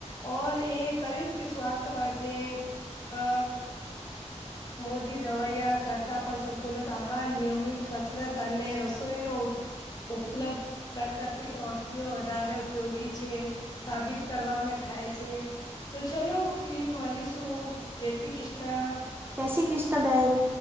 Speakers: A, on the left (about 30°); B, on the right (about 20°).
A: ઓર એ કરીશ કે સ્વાસ્થ્ય માટે અ મોઘી દવાયા કરતા પણ સંતુલિત આહાર, નિયમિત કસરત અને રસોઈનો ઉપલબ્ધ પ્રકાર ઔષધિઓ વધારે ઉપયોગી છે, સાબિત કરવાવામાં થાય છે. તો ચલો ફર મલિશું, જય શ્રી કૃષ્ણ.
B: જય શ્રી કૃષ્ણ, બહેન.